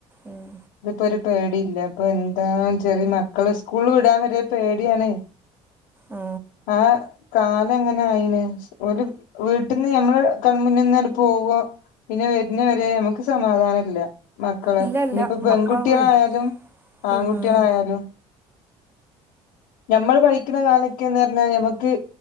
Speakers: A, on the right; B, on the left.
A: ഉം.
B: ഇപ്പെ ഒരു പേടിയില്ല ഇപ്പോ എന്താ ചെറിയ മക്കള് സ്കൂളിൽ വിടാൻ വരെ പേടിയാണ്
A: ആ.
B: ആ കാല എങ്ങനെ ആയിന് ഒരു വീട്ടിൽന്ന് ഞമ്മള് കൺമുന്നിൽന്ന പോവുവ പിന്നെ വരുന്ന വരെ നമുക്ക് സമാധാനം ഇല്ല മക്കള്
A: ഇല്ല ഇല്ല
B: ഇനിപ്പോ പെൺകുട്ടികളായാലും
A: മക്കളെ പോയി
B: ആൺകുട്ടികളായാലും
A: ഉം.
B: ഞമ്മൾ പഠിക്കണ കാലക്കെന്ന് പറഞ്ഞാലെ ഞമ്മക്ക്